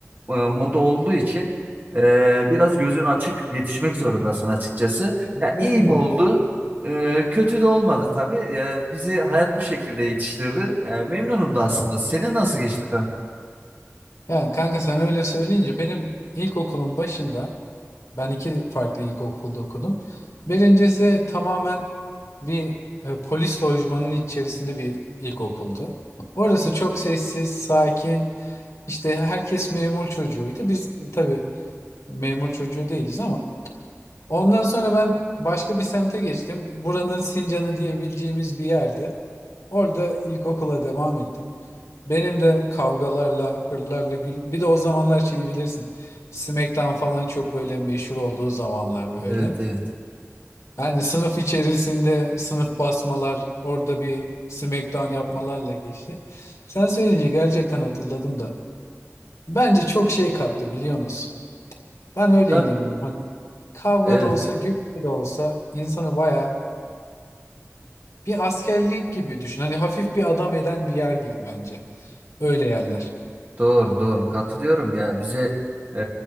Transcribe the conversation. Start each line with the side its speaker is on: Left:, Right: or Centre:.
Right: e, moda olduğu için e, biraz gözün açık yetişmek zorundasın açıkçası. Ya
Left: Mecbur.
Right: iyi mi oldu? Ee, kötü de olmadı tabii. Ee, bizi hayat bu şekilde yetiştirdi. Ee, memnunum da aslında. Senin nasıl geçti kanka?
Left: Ya kanka sen öyle söyleyince benim ilkokulun başında ben iki farklı ilkokulda okudum. Birincisi tamamen bir e, polis lojmanının içerisinde bir ilkokuldu. Orası çok sessiz, sakin. İşte herkes memur çocuğuydu. Biz tabii memur çocuğu değiliz ama ondan sonra ben başka bir semte geçtim. Buranın Sincan'ı diyebileceğimiz bir yerde. Orada ilkokula devam ettim. Benim de kavgalarla, hırlarla, gül... bir de o zamanlar şeyi bilirsin. SmackDown falan çok böyle meşhur olduğu zamanlar böyle.
Right: Evet evet.
Left: Yani sınıf içerisinde sınıf basmalar, orada bir SmackDown yapmalarla geçti. Sen söyleyince gerçekten hatırladım da. Bence çok şey kattı biliyor musun? Ben öyle
Right: Tabii.
Left: inanıyorum. Hani kavga
Right: Evet.
Left: da olsa, gürültü de olsa insanı bayağı bir askerlik gibi düşün. Hani hafif bir adam eden bir yer gibi bence. Öyle yerler.
Right: Doğru doğru katılıyorum ya bize e,